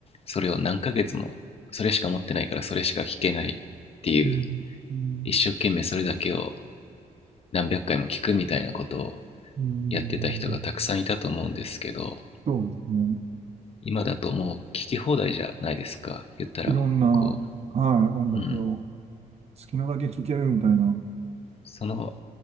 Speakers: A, on the left; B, on the right.
A: それを何ヶ月もそれしか持ってないからそれしか聞けないっていう
B: うん、うん、
A: 一生懸命それだけを何百回も聞くみたいなことを
B: うん。
A: やってた人がたくさんいたと思うんですけど
B: そうですね。
A: 今だともう聞き放題じゃないですか言ったらこ
B: いろんな、はい、音楽を
A: ううん
B: 好きなだけ聴けるみたいな。
A: その